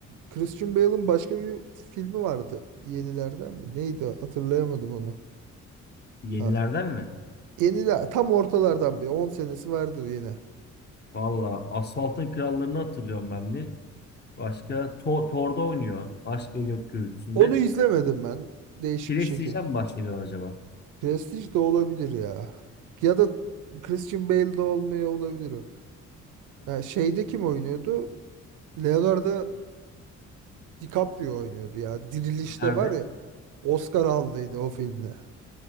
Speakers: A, on the right; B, on the left.
A: Christian Bale'ın başka bir filmi vardı yenilerden mi? Neydi o? hatırlayamadım onu.
B: Yenilerden
A: Ha,
B: mi?
A: Yeniler tam ortalardan bir 10 senesi vardır yine.
B: Valla
A: Ha,
B: Asfalt'ın Krallarını hatırlıyorum ben bir. Başka Tor Tor'da oynuyor. Aşk ve Gök Gürültüsü'nde.
A: Onu izlemedim ben. Değişik
B: Prestige'den
A: bir şekil.
B: mi bahsediyorsun acaba?
A: Prestige de olabilir ya. Ya da Christian Bale de olmaya olabilir o. Ya şeyde kim oynuyordu? Leonardo DiCaprio oynuyordu ya. Dirilişte
B: Nerede?
A: var ya. Oscar aldıydı o filmle.